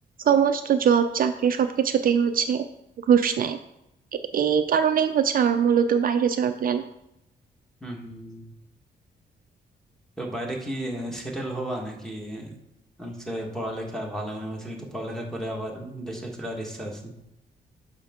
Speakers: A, on the right; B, in the centre.
A: সমস্ত জব চাকরি সবকিছুতেই হচ্ছে ঘুষ নেয় এ- এই কারণেই হচ্ছে আমার মূলত বাইরে যাওয়ার প্ল্যান
B: হুম হুম তো বাইরে কি সেটেল হবা নাকি আহ, হচ্ছে পড়ালেখা ভালো ইউনিভার্সিটিতে পড়ালেখা করে আবার দেশে ফেরার ইচ্ছা আছে